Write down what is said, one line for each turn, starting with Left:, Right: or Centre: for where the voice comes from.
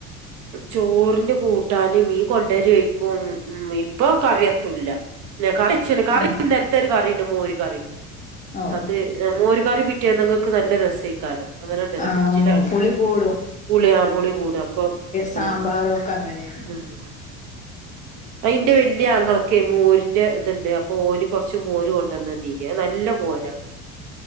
Right: ചോറിന് കൂട്ടാന് മീൻ കൊണ്ടൊരേയ്ക്കും ഉ ഇപ്പൊ കറിയെത്തുല്ല. കറി വെച്ചന്
Left: ഉം
Right: ഇന്നലത്തെ ഒരു കറിണ്ട് മോര് കറി.
Left: ഓ
Right: അത് മോരുകറി പിറ്റേന്നക്ക് നല്ല രസാ ക്കാരും അങ്ങനെ ഇണ്ടലോ
Left: ആ
Right: ഫ്രിഡ്ജിലാണ്.
Left: പുളി കൂടും
Right: പുളി ആ പുളി കൂടും അപ്പൊ
Left: സമ്പരൊക്കെ
Right: ആഹ്
Left: അങ്ങനാണ്.
Right: ആഹ് അയിന്റെ വെല്ല്യ ആങ്ങളെക്കെ മോരിന്റെ ഇതുണ്ട്. അപ്പൊ ഓന് കൊർ ച്ച് മോര് കൊണ്ടൊന്ന്. ടി അഹ് നല്ല മോരാണ്